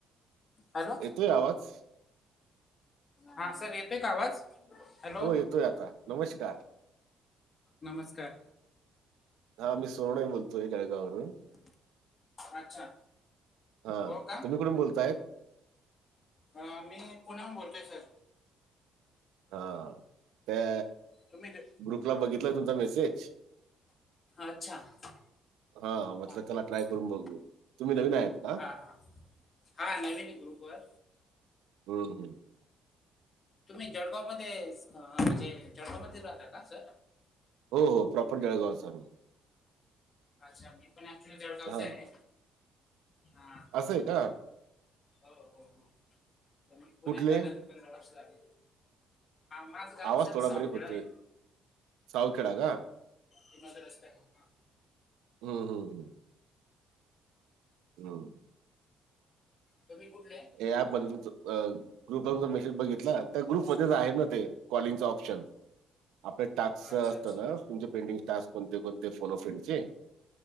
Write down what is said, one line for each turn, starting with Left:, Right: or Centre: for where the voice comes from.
Left: हॅलो!
Right: येतोय आवाज
Left: हा सर येतोय का आवाज? हॅलो
Right: हो येतोय आता नमस्कार.
Left: नमस्कार.
Right: हा मी सोनवणे बोलतोय जळगाववरून.
Left: अच्छा!
Right: हा
Left: हो का
Right: तुम्ही कुठून बोलताय?
Left: हा मी पुण्यावरून बोलतोय सर.
Right: हा ते.
Left: तुम्ही.
Right: ग्रुपला बघितलाय तुमचा मेसेज.
Left: अच्छा हां
Right: हा म्हटलं
Left: हां
Right: त्याला ट्राय
Left: हां
Right: करून बघू, तुम्ही नवीन आहेत का?
Left: हां हां हा नवीन आहे ग्रुप वर.
Right: हम्म हम्
Left: तुम्ही जळगाव मध्ये म्हणजे, जळगाव मध्ये राहता का सर?
Right: हो हो प्रॉपर जळगाव चा.
Left: अच्छा मी पण ऍक्च्युली जळगावचा
Right: हा
Left: आहे. हा हा
Right: असंय का.
Left: हो हो हो मी पुण्यात
Right: कुठले
Left: पंधरा वर्ष झाले. माझं गाव
Right: आवाज
Left: सर
Right: थोडा
Left: सावखेडा
Right: ब्रेक होतोय
Left: आहे.
Right: सावखेडा का?
Left: पुण्याचा रस्ता आहे
Right: हम्म हम् हम् हम्म
Left: तुम्ही कुठले
Right: ते ॲप मध्ये तुमच अ ग्रुप वरला मेसेज बघितला त्या ग्रुप मध्येच आहे ना ते कॉलिंग चा ऑप्शन आपले टाक्स
Left: अच्छा
Right: असत
Left: अच्छा
Right: ना तुमचे पेंडिंग टास्क कोणते कोणते फोन अ फ्रेंडचे